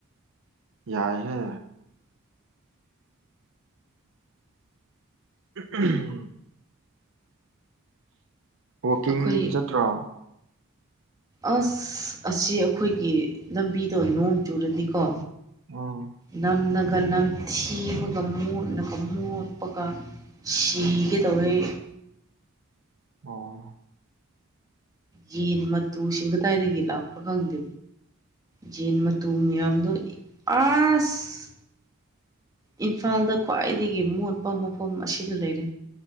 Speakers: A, on the right; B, on the right.
A: ꯌꯥꯏꯍꯦ ꯎꯝ ꯎꯝꯍ ꯋꯥꯛꯀꯤꯡ
B: ꯑꯩꯈꯣꯏ
A: ꯆꯠꯇ꯭ꯔꯣ
B: ꯑꯁ ꯑꯁꯤ ꯑꯩꯈꯣꯏꯒꯤ ꯂꯝꯕꯤꯗꯣ ꯅꯣꯡ ꯆꯨꯔꯗꯤꯀꯣ
A: ꯎꯝ
B: ꯅꯝꯅꯒ ꯅꯝ ꯊꯤꯕꯒ ꯃꯣꯠꯂꯒ ꯃꯣꯠꯄꯒ ꯁꯤꯒꯦ ꯗꯧꯑꯦ
A: ꯑꯣ
B: ꯌꯦꯟ ꯃꯇꯨꯁꯤꯡ ꯀꯗꯥꯏꯗꯒꯤ ꯂꯥꯛꯄ꯭ꯔꯥ ꯈꯪꯗꯦ ꯌꯦꯟ ꯃꯇꯨ ꯃꯤꯌꯥꯝꯗꯣ ꯑꯥꯁ ꯏꯝꯐꯥꯜꯗ ꯈ꯭ꯋꯥꯏꯗꯒꯤ ꯃꯣꯠꯄ ꯃꯐꯝ ꯑꯁꯤꯗ ꯂꯩꯔꯦ